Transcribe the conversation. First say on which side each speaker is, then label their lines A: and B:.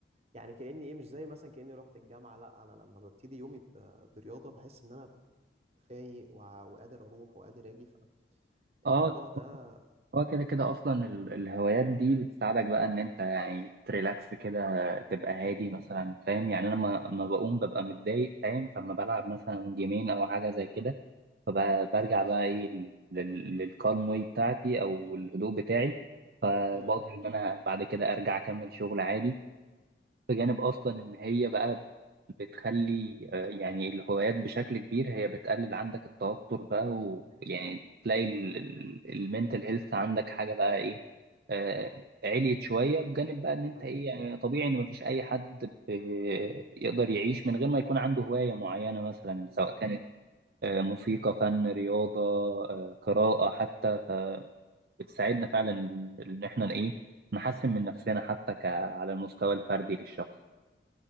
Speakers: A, on the right; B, on the right.
A: يعني كاني ايه مش زي مثلا كاني رحت الجامعه لا انا لما ببتدي يومي ب- برياضه بحس ان انا فايق وع- وقادر اروح وقادر اجي فالموضوع
B: اه
A: ده
B: هو كده كده اصلا ال- الهوايات دي بتساعدك بقى ان انت يعني تريلاكس كده تبقى هادي
A: مم.
B: مثلا فاهم يعني انا لما لما بقوم ببقى متضايق فاهم فما بلعب مثلا جيمين او حاجه زي كده فبرجع بقى ايه لل- للكالم واي بتاعتي او الهدوء بتاعي فبقدر
A: نعم
B: ان انا بعد كده ارجع اكمل شغل عادي بجانب اصلا ان هي بقى بتخلي آه، يعني الهوايات بشكل كبير هي بتقلل عندك التوتر بقى ويعني
A: نعم.
B: تلاقي المينتال هيلث عندك حاجة بقى ايه آه، عليت شوية بجانب بقى ان انت
A: نعم.
B: ايه يعني طبيعي ان مفيش اي حد ب- يقدر يعيش من غير ما يكون عنده هواية معينة مثلا
A: نعم.
B: سواء كانت آه، موسيقى فن رياضة آه، قراءة حتى فبتساعدنا فعلا ان احنا ايه نحسن من نفسنا حتى ك- على المستوى الفردي للشخص